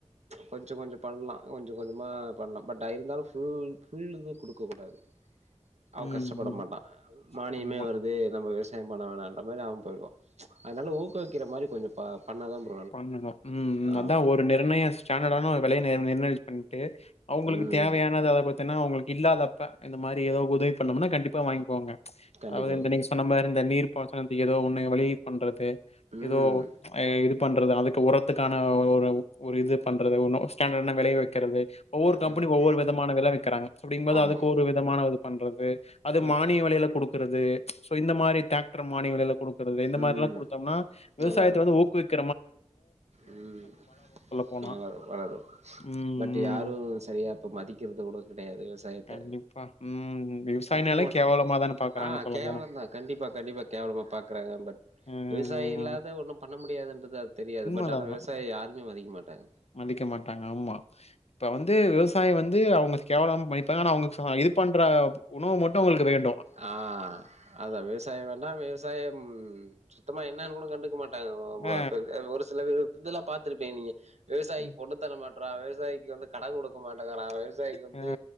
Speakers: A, on the right; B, on the left.
A: கொஞ்ச கொஞ்ச பண்லா கொஞ்ச கொஞ்சமா பண்லா பட் இருந்தாலு ஃபுல் ஃபுல் இது குடுக்கக் கூடாது அவங்
B: ம்
A: கஷ்டப்பட
B: ம்
A: மாட்டா மானியமே
B: ஆமா
A: வருது நம்ம விவஸ் யம் பண்ண வேணான் அது மாரி அவ போய்டுவா அதனால ஊக்குவிக்கிற மாரி கொஞ்சொ ப பண்ணாதா <unintelligible>
B: பண்ணணு ம் ம்
A: ஆமா
B: அதா ஒரு நிர்ணய ஸ்டாண்டடான ஒரு விலை ய நிர்ணயிச் பண்ட்டு அவ்ங்களுக்கு
A: ம்
B: தேவையானது அத பத் தெனா அவுங்களுக்கு இல்லாதப்ப இந்த மாரி ஏதோ உதவி பண்ணோம்னா கண்டிப்பா வாய்ங்க்குவாங்க
A: கண்டிப்பா
B: அதாது இந்த
A: ப்ரோ
B: நீங்க சொன்ன மாரி இந்த நீ்ர் பாசனத்துக்கு ஏதோ ஒன்னு வழியை பண்றது எதோ
A: ம்
B: அ எடு பண்றது அதுக்கு உரத்துக்கான ஒரு ஒரு இது பண்றது ஒன்னு ஸ்டாண்டர்டான வெலைய வெக்கிறது ஒவ்வொரு
A: கண்டிப்
B: கம்பெனி ஒவ்வொரு விதமான வில வெக்கிறாங்க அப்படிங்கும்போது
A: ஆமா
B: அதுக்கு ஒரு விதமான ஒரு பண்றது அது
A: ஆமா
B: மானிய வெலையில குடுக் கறது சோ இந்த மாரி டிராக்டர மானிய வெலையில குடுக்கறது இந்த
A: ம்
B: மாரிலா குடுத்தம்னா விவசாயத்த
A: நல்லாருக்கு
B: வந்து ஊக்குவிக்
A: ம்
B: போனா
A: வளரு வளரு
B: ம்
A: பட் யாரு
B: ம்
A: சரியா இப்ப மதிக்கறது கூட கெடையாது விவசாயத்த
B: கண்டிப்பா ம் விவசாயினாலே
A: கண்டுக்க மாட்றா
B: கேவலமா தான பாக்குறாங்க
A: ஆ
B: சொல்ல
A: கேவலந்தா
B: போனா
A: கண்டிப்பா கண்டிப்பா கேவலமா பாக்குறாங்க பட்
B: ம்
A: விவசாய இல்லாத ஒண்ணு பண்ண <unintelligible> அது தெரியாது பட்
B: <unintelligible>
A: ஆனா விவசாயிய யாருமே மதிக்க மாட்டாங்க
B: மதிக்க மாட்டாங்க ஆமா இப்ப வந்து விவஸ் சாயம் வந்து அவங்க கேவலமா மதிப்பாங் ஆனா அவங்க <unintelligible> இது பண்ற உணவு மட்டு அவங்களுக்கு வேணு
A: ஆ அதான் விவசாயோ வேண்டா விவசாயம் சுத்தமா என்னன்னு கூட கண்டுக்க மாட் <unintelligible>
B: அ.
A: ஒரு சில <unintelligible> இதெல்லா பாத்துருப்பியே நீயே விவசாயிக்கு
B: ம்.
A: பொண்ணு தர மாட்றா விவசாயிக்கு வந்து கடன் குடுக்க மாட்டங்கறா விவசாயிக்கு வந்து
B: அ,